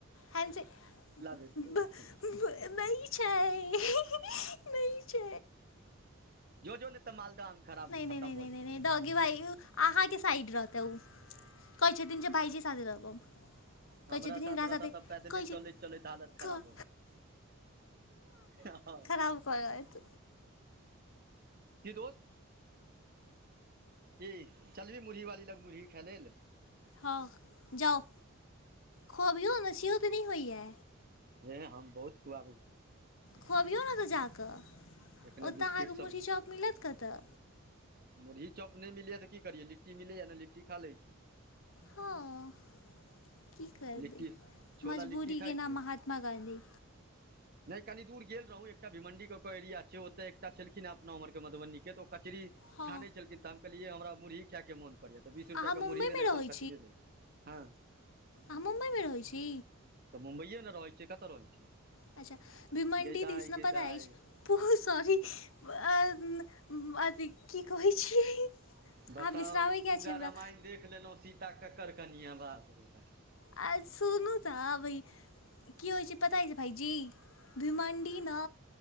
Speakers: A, on the left; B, on the right.
A: हस <inaudible>
B: भेटतौ
A: नहि छै। नहि
B: जो जो ने तऽ मालदह आम खराब
A: -नहि-
B: खतम
A: नहि-
B: भऽ
A: नहि -नहि
B: जेतै
A: नहिॉ। गे भाइ, अहाँके साइड रहते ओ, कहै छथिन जे भाइजी साथे रहब।
B: हमरा
A: कहै छथिन हिनका
B: साथ
A: साथे
B: रहता तऽ पै
A: कहै छै
B: चलैत -चलैत हालत खराब
A: क-
B: हो जेतै, हँ।
A: आब कहेत।
B: की दोस्त? की चलबही मुरही वाली लग मुरही खाय लेल ल।
A: हँ जाउ खोबियौ नशियो तऽ नहि होई ह।
B: हे हम बहुत खुआबै छी।
A: खुबियौ ने तऽ जााकऽ
B: एखने
A: ओतय
B: बिस्किट
A: अहाँकेँ
B: सब
A: मुरही चौप मिलत कतय।
B: मुरही चप नहि मिलै तऽ की करिय लट्टी मिलैए ने लिट्टी खा लै छी।
A: हँ की करबै
B: लिट्टी छोला
A: मजबूीके
B: लिट्टी खाइ
A: नाम
B: छी
A: महात्मा गाँधी।
B: नहि कनी दूर गेल रहौँ एकटा भिमण्डीके के एरिया छै ओतऽ एकटा छलखिन अपना ओमहरके मधुबनीके तऽ ओ कचरी
A: हँ
B: छानै छलखिन तऽ हम कहलियै हमरा मुरही खायए मोन कर करिय तऽ बीस
A: अहाँ
B: रुपआ के
A: मुम्बइमे
B: मुरही देलथि
A: रहै
B: आओर कचरी देल हँ।
A: आ मुम्माइ भ रह हो छी?
B: तऽ मुम्बइए ने रहैत छियै कतऽ रहैत छियै?
A: अच्छा भीमंडी
B: गै
A: दिसना
B: दाइ गै
A: पता
B: दाइ
A: अछि पू सॉरी <unintelligible> अथी की कहै छीिय
B: बताउ
A: अहाँ बिश्रबयके
B: पूरा
A: छी हमरा।
B: रामायण देख लेलहुँ सीता ककर कनिआवास रहै।
A: आ सुनू तऽ अबै की होइ छै। पता ह छै भाइजी भीमण्डी न